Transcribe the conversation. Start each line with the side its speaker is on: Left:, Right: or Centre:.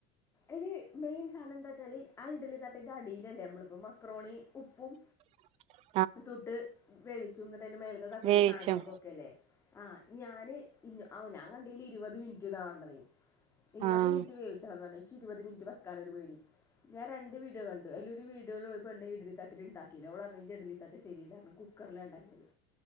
Left: ഇയില് മെയിൻ സാധനം എന്താച്ചാല് ആ ഇഡ്ഡലി തട്ടിന്റെ അടിയിലല്ലേ നമ്മളിപ്പോ മക്രോണി ഉപ്പും
Right: <unintelligible>
Left: തൊട്ട് വേവിച്ചും എന്നിട്ടയിന്റെ മേലത്തെ തട്ടില്
Right: വേവിച്ചും
Left: ഈ സാധങ്ങളൊക്കെ വെക്കയല്ലേ ആഹ് ഞാന് ഇല്ല ഓ ഞാൻ കണ്ടേല് ഇരുപത് മിനിറ്റ് എന്നാ പറഞ്ഞതെ ഇരുപത്
Right: ആഹ്
Left: മിനിറ്റ് വേവിച്ചതാന്നാ പറഞ്ഞേ ച്ച് ഇരുപത് മിനിറ്റ് വെക്കാനൊര് പേടി ഞാൻ രണ്ട് വീഡിയോ കണ്ടു അയിലൊരു വീഡിയോലൊരു പെണ്ണ് ഇഡ്ഡലിതട്ടിലിണ്ടാക്കീല ഓളറഞ്ഞു ഇജ്ജ് ഇഡ്ഡലിതട്ട് ശരിയില്ല കുക്കറിലാ ഉണ്ടാക്കിയത്